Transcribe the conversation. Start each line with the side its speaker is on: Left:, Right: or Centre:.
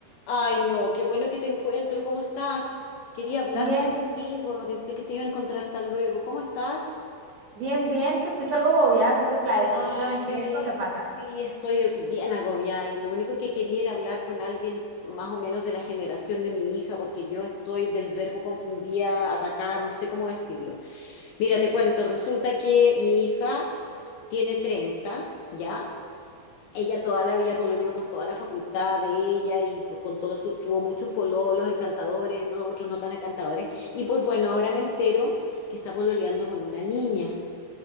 Left: Ay, no, qué bueno que te encuentro. ¿Cómo estás? Quería hablar
Right: Bien,
Left: contigo, no pensé que te iba a encontrar tan luego. ¿Cómo estás?
Right: bien, bien, te escucho algo bobeada, así que platícame
Left: Ay,
Right: qué es lo que pasa.
Left: sí, estoy bien agobiada y lo único que quería era hablar con alguien más o menos de la generación de mi hija, porque yo estoy del verbo confundía, atacar, no sé cómo decirlo. Mira, te cuento, resulta que mi hija tiene treinta ¿ya? Ella toda la vida pololeó con toda la facultad de ella y pues, con todo su, tuvo muchos pololos encantadores, ¿no? otros no tan encantadores. Y pues bueno, ahora me entero que está pololeando con una niña.